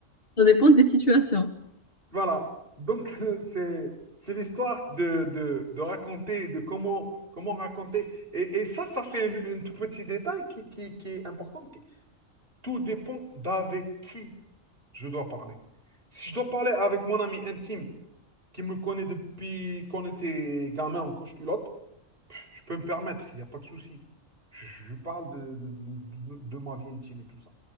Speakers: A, on the left; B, on the right.
A: Ça dépend des situations.
B: voilà. Donc <laughs> c'est, c'est l'histoire de, de, de raconter, de comment, comment raconter. Et, et ça, ça fait un, un tout petit détail qui, qui, qui est important. qui- Tout dépend d'avec qui je dois parler. Si je dois parler avec mon ami intime, qui me connaît depuis qu'on était gamin en couche-culotte, je peux me permettre, il n'y a pas de souci. Je, je parle de, de, de- de- de ma vie intime et tout ça.